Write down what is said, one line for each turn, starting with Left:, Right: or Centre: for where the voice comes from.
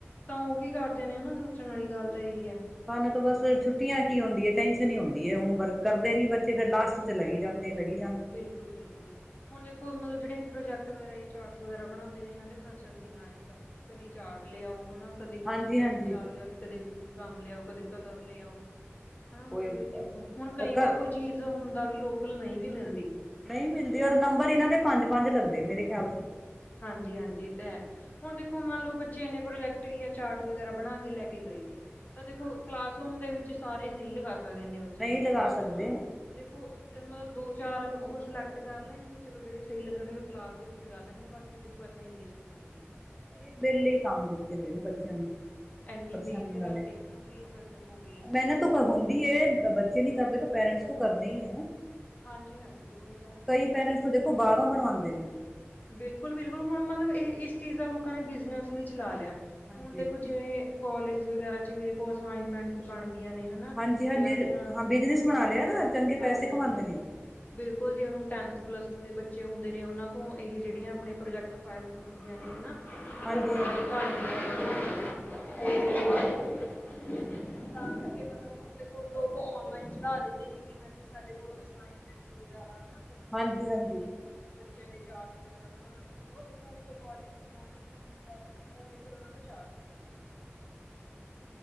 Left: ਤਾਂ ਓਹ ਕੀ ਕਰਦੇ ਨੇ ਹਨਾ ਸੋਚਣ ਆਲੀ ਗੱਲ ਤਾਂ ਐਹੀ ਐ।
Centre: ਸਾਨੂੰ ਤੋਂ ਬਸ ਛੁੱਟੀਆਂ ਕੀ ਹੁੰਦੀ ਏ ਟੈਂਸ਼ਨ ਹੀ ਹੁੰਦੀ ਐ ਹੋਮ ਵਰਕ ਕਰਦੇ ਨੀ ਬੱਚੇ ਫੇਰ ਲਾਸਟ ਚ ਲੱਗੀ ਜਾਂਦੇ ਲਗੀ
Left: ਬਿਲਕੁਲ-ਬਿਲਕੁਲ। ਹੁਣ ਦੇਖੋ ਮਲਬ ਜੇੜੇ ਇਹ ਪ੍ਰੋਜੈਕਟ ਵਗੈਰਾ ਇਹ ਚਾਰਟਸ ਵਗੈਰਾ ਬਣਾਦੇ ਨੇ ਏਨਾਂ ਦੇ ਖ਼ਰਚਾ ਵੀ ਕਿੰਨਾ ਆ ਜਾਂਦਾ। ਕਦੀ ਚਾਟ ਲੇ ਆਓ ਹਨਾ। ਕਦੇ ਕੁਛ
Centre: ਹਾਂਜੀ
Left: ਲੇ
Centre: ਹਾਂਜੀ
Left: ਆਓ ਬਜ਼ਾਰੋ ਜਾ ਕੇ ਕਦੇ ਗਮ ਲਿ ਆਓ, ਕਦੇ ਕਲਰ ਲੇ ਆਓ। ਹਾ ਮਤਲਬ
Centre: ਉਹੀ
Left: ਵੀ ਦੇਖੋ ਹੁਣ ਕਈ ਵਾਰ
Centre: ਘਰ
Left: ਕੋਈ ਚੀਜ਼ ਹੁੰਦਾ ਵੀ ਲੋਕਲ ਨਹੀਂ ਵੀ ਮਿਲਦੀ।
Centre: ਨਹੀਂ ਮਿਲਦੀ ਔਰ ਨੰਬਰ ਇਨਾਂ ਦੇ ਪੰਜ-ਪੰਜ ਲੱਗਦੇ ਮੇਰੇ ਖਿਆਲ ਚ।
Left: ਹਾਂਜੀ-ਹਾਂਜੀ, ਏ ਤੇ ਹੈ। ਹੁਣ ਦੇਖੋ ਮੰਨ ਲੋ ਬੱਚੇ ਇੰਨੇ ਪ੍ਰੋਜੈਕਟ ਯਾ ਚਾਰਟ ਵਗੈਰਾ ਬਣਾ ਕੇ ਲੈ ਕੇ ਗਏ ਨੇ ਤਾਂ ਦੇਖੋ ਕਲਾਸਰੂਮ ਦੇ ਵਿੱਚ ਸਾਰੇ ਨਹੀਂ ਲਗਾ ਸਕਦੇ ਇਨੇ ਬੱਚੇ
Centre: ਨਹੀਂ
Left: ਹੁੰਦੇ
Centre: ਲਗਾ
Left: ਤਾਂ ਓਨਾਂ
Centre: ਸਕਦੇ
Left: ਚੋ ਦੇਖੋ ਅ ਮਤਲਬ ਦੋ, ਚਾਰ ਓਹ ਸਿਲੈਕਟ ਕਰ ਲੈਣਗੇ ਚਲੋ ਜੇੜੇ ਸਹੀ ਲੱਗਣਗੇ ਓਹ ਕਲਾਸ ਦੇ ਵਿੱਚ ਲਗਾ ਲੈਣਗੇ ਬਾਕੀ ਕਿ ਦੇਖੋ ਏਦਾਂ ਹੀ ਵੇਸਟ ਹੋਣਗੇ।
Centre: ਏਹ ਵੇਲੇ ਹੀ ਕੰਮ ਦਿੱਤੇ ਹੋਏ ਨੇ ਬੱਚਿਆਂ ਨੂੰ।
Left: ਇੰਨੀ
Centre: ਪਰੇਸ਼ਾਨੀ
Left: ਮਿਹਨਤ
Centre: ਵਾਲੇ
Left: ਕਰਕੇ ਆ ਵੀ ਫਿਰ ਦੇਖੋ ਵੇਸਟ
Centre: ਮਿਹਨਤ ਹੁੰਦੀ ਹੈ ਬੱਚੇ ਨੀ ਕਰਦੇ ਤਾਂ ਪੇਰੈਂਟਸ ਤੋ ਕਰਦੇ ਹੀ ਹੈ।
Left: ਹਾਂਜੀ ਹਾਂਜੀ ਉਹੀ ਤਾਂ ਹੈ
Centre: ਕਈ ਪੇਰੈਂਟਸ ਤੋਂ ਦੇਖੋ ਬਾਰੋ ਬਣਵਾਉਂਦੇ ਨੇ।
Left: ਬਿਲਕੁਲ-ਬਿਲਕੁਲ ਹੁਣ ਮਤਲਬ ਇਹ ਇਸ ਚੀਜ਼ ਦਾ ਲੋਕਾਂ ਨੇ ਬਿਜਨਸ ਵੀ ਚਲਾ ਲਿਆ
Centre: ਹਾਂਜੀ
Left: ਹੁਣ ਦੇਖੋ ਜਿਵੇ ਕੋਲਜ ਵਗੈਰਾ ਚ ਵੀ ਦੇਖੋ ਅਸਾਈਨਮੈਂਟਸ ਬਣਦੀਆ ਨੇ। ਹਨਾ
Centre: ਹਾਂਜੀ-ਹਾਂਜੀ
Left: ਜਾਂ ਹੁਣ
Centre: ਹਾਂ ਬਿਜਨਸ ਬਣਾ ਲਿਆ ਨਾ ਚੰਗੇ
Left: ਹਾਂਜੀ
Centre: ਪੈਸੇ ਕਮਾਂਦੇ
Left: ਹਾਂਜੀ
Centre: ਨੇ।
Left: ਬਿਲਕੁਲ ਜੀ ਹੁਣ ਟੈਨਥ, ਪਲੱਸ ਟੂ ਦੇ ਬੱਚੇ ਹੁੰਦੇ ਨੇ ਉਹਨਾ ਤੋਂ ਇਹ ਜਿਹੜੀਆਂ ਆਪਣੇ ਪ੍ਰੋਜੈਕਟ ਫਾਈਲਸ ਹੁੰਦੀਆਂ ਨੇ ਹਨਾ ਉਹ <unintelligible>
Centre: ਹਾਂਜੀ ਹਾਂਜੀ
Left: <inaudible> ਤਾਂ ਕਰਕੇ ਮਤਲਬ ਹੁਣ ਦੇਖੋ ਲੋਕ ਓਨਲਾਈਨ ਚੜਾ ਦਿੰਦੇ ਨੇ ਕਿ ਹਾਂਜੀ ਸਾਡੇ ਕੋਲ ਅਸਾਈਨ ਮੈਂਟਸ ਵਗੈਰਾ ਹਨਾ ਅਗਰ ਤੁਸੀਂ
Centre: ਹਾਂਜੀ
Left: ਬਣਵਾਉਣੇ
Centre: ਹਾਂਜੀ
Left: ਨੇ ਬੱਚਿਆਂ ਦੇ ਚਾਰਟ ਵਗੈਰਾ ਬਣਾਣੇ ਨੇ ਤਾਂ ਉਹਦੇ ਅਕੋਡਿੰਗ ਜਿੱਦਾਂ ਉਹਨਾਂ ਦਾ ਕੰਮ ਹੁੰਦਾ ਉਵੇ ਫਿਰ ਉਹਨਾ ਤੋਂ ਚਾਰਜ ਕਰਦੇ ਨੇ।